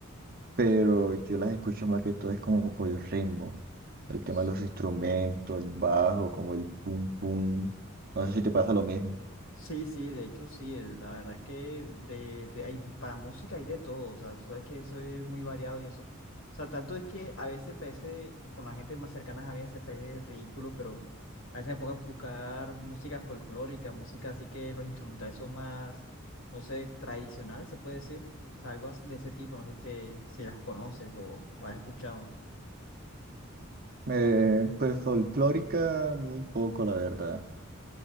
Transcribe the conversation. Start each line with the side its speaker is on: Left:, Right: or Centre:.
Right: pero yo las escucho más que todo es como por el ritmo, el tema
Left: S-
Right: de los instrumentos, el bajo, como el pum pum, no sé si te pasa lo mismo.
Left: Sí, sí, de hecho sí, el- la verdad es que de, de- hay, para música hay de todo, o sea, tú sabes que eso es muy variado y eso. O sea, tanto es que a veces parece, con la gente más cercana a mí, se parece ridículo, pero a veces me pongo a buscar música folclórica, música así que los instrumentales son más, no sé, tradicionales, se puede decir. O sea, algo as- de ese tipo, no sé si, te, si las conoces o, o has escuchado.
Right: Eh, pues folclórica muy poco, la verdad.